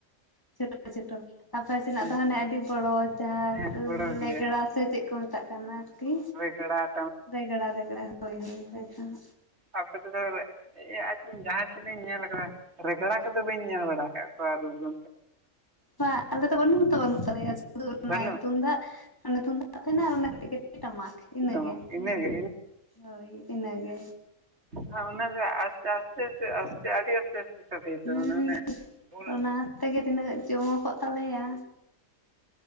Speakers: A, on the left (about 15°); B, on the right (about 55°).
A: ᱪᱷᱳᱴᱳ ᱪᱷᱳᱴᱚ᱾ ᱟᱯᱮ ᱥᱮᱱᱟᱜ
B: ᱦᱮᱸ
A: ᱫᱚ ᱦᱟᱱᱮ ᱟᱹᱰᱤ ᱵᱚᱲᱚ ᱡᱟᱦᱟ
B: ᱦᱮᱸ ᱜᱚᱲᱚ ᱜᱮᱭᱟ
A: ᱞᱮᱜᱽᱲᱟ ᱥᱮ ᱪᱮᱫ ᱠᱚ ᱢᱮᱛᱟᱜ ᱠᱟᱱᱟ ᱟᱨᱠᱤ᱾
B: ᱜᱮᱲᱟ᱾
A: ᱨᱮᱜᱽᱲᱟ ᱨᱮᱜᱽᱲᱟ ᱦᱳᱭ ᱦᱳᱭ ᱦᱚ᱾
B: ᱟᱯᱮ ᱛᱮᱫᱚ ᱟᱪ ᱡᱟᱦᱟᱸ ᱛᱤᱱᱟᱹᱜ ᱤᱧ ᱧᱮᱞ ᱠᱟᱫᱟ ᱨᱮᱜᱽᱲᱟ ᱠᱚᱫᱚ ᱵᱟᱹᱧ ᱧᱮᱞ ᱵᱟᱲᱟ ᱟᱠᱟᱫ ᱠᱚᱣᱟ ᱨᱩ ᱫᱚ
A: ᱵᱟ ᱟᱞᱮ ᱫᱚ ᱵᱟᱱᱩᱜ ᱦᱚᱛᱚ ᱵᱟᱱᱩᱜ ᱛᱟᱞᱮᱭᱟ ᱥᱩᱫᱩ ᱚᱱᱮ
B: ᱵᱟᱹᱱᱩᱜ
A: ᱛᱩᱝᱫᱟᱜ᱾ ᱢᱟᱱᱮ ᱛᱩᱢᱫᱟᱜ ᱛᱟᱦᱮᱱᱟ ᱟᱨ ᱚᱱᱟ ᱠᱟᱴᱤᱡ ᱠᱟᱴᱤᱡ ᱴᱟᱢᱟᱠ᱾ ᱤᱱᱟ
B: ᱠᱚᱛᱟᱢᱟ
A: ᱜᱮ
B: ᱤᱱᱟᱹᱜᱮ
A: ᱦᱳᱭ ᱤᱱᱟᱜᱮ᱾
B: ᱦᱚ ᱚᱱᱟ ᱜᱮ ᱟᱥᱛᱮ ᱟᱥᱛᱮ ᱛᱮ ᱟᱥᱛᱮ ᱟᱹᱰᱤ᱾ <unintelligible>
A: ᱦᱩᱸ ᱚᱱᱟ ᱛᱮᱜᱮ ᱛᱤᱱᱟᱹᱜ ᱡᱚᱢᱚ ᱠᱚᱜ ᱛᱟᱞᱮᱭᱟ᱾